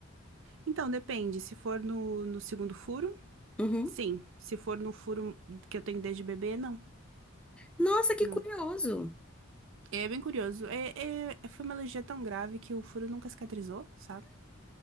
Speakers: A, on the right (about 65°); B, in the centre.
A: Então, depende. Se for no, no segundo furo,
B: Uhum.
A: sim. Se for no furo que eu tenho desde bebê, não.
B: Nossa, que
A: Não.
B: curioso.
A: É bem curioso. É, é- foi uma alergia tão grave que o furo nunca cicatrizou, sabe?